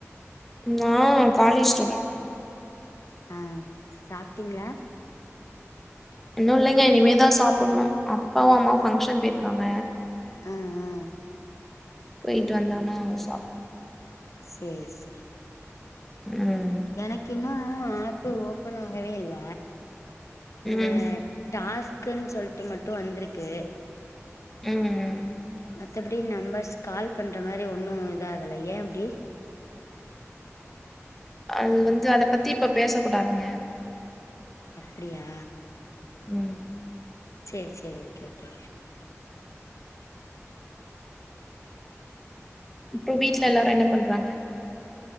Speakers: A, in the centre; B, on the left.
A: நா காலேஜ் ஸ்டூடண்
B: அ சாப்ட்டிங்ளா
A: இன்னு இல்லைங்க இனிமேதா சாப்புட்ணு அப்பாவு அம்மாவு ஃபங்க்ஷன் பேய்ர்க்காங்க
B: ஆ ஆ
A: பெய்ட்டு வந்தவன சாப்
B: சேர் சேர்
A: ம்
B: எனக்கு இன்னு ஆப்பு ஓப்பன் ஆகவேல்ல அந்த
A: ம்
B: டாஸ்க்குன் சொல்ட்டு மட்டு வந்துருக்கு
A: ம்ம்
B: மத்தப்புடி நம்பர்ஸ் கால் பண்ற மாரி ஒன்னு இதாகல ஏ அப்டி
A: அது வந்து அத பத்தி இப்ப பேசக்குடாதுங்க
B: அப்டியா
A: ம்
B: சேரி சேரி ஓகே ஓகே
A: இப்ப வீட்ல எல்லாரு என்ன பண்றாங்க